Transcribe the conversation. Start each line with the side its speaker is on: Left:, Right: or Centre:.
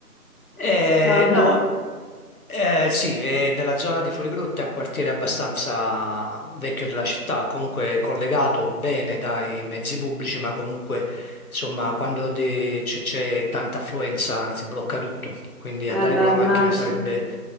Left: Eh,
Centre: non...
Left: no, eh, sì, eh, nella zona di Fuorigrotta è un quartiere abbastanza vecchio della città, comunque collegato bene dai mezzi pubblici, ma comunque insomma quando de- c'è c'è tanta affluenza si blocca tutto, quindi andare
Centre: Eh beh,
Left: con la macchina
Centre: immagino.
Left: sarebbe,